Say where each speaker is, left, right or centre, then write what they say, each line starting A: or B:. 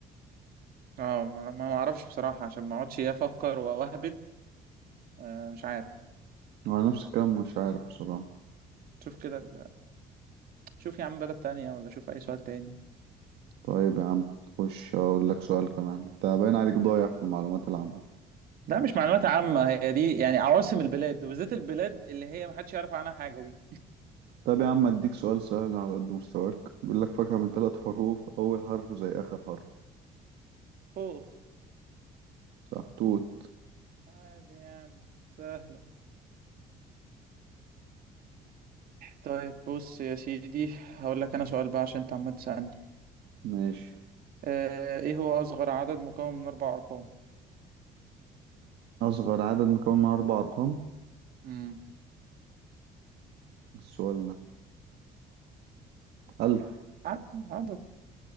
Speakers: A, on the right; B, on the right.
A: اه ما ما- ما اعرفش بصراحة عشان ما اقعدش إيه افكر واهبد آه مش عارف
B: وانا نفس الكلام مش عارف بصراحة
A: شوف كده ال- شوف يا عم بلد تانية ولا شوف اي سؤال تاني
B: طيب يا عم خش اقول لك سؤال كمان انت باين عليك ضايع في المعلومات العامة
A: لا مش معلومات عامة هي دي يعني عواصم البلاد وبالذات البلاد اللي هي محدش يعرف عنها حاجة دي
B: طب يا عم اديك سؤال سهل على قد مستواك بيقول لك فاكهة من ثلاث حروف اول حرف زي اخر حرف
A: خوخ
B: صح توت
A: عادي يعني سهلة طيب بص يا سيدي هقول لك انا سؤال بقى عشان انت عمال تسألني
B: ماشي
A: آه ايه هو اصغر عدد مكون من اربع ارقام
B: اصغر عدد مكون من اربع ارقام
A: امم
B: السؤال ده الف
A: عدد عدد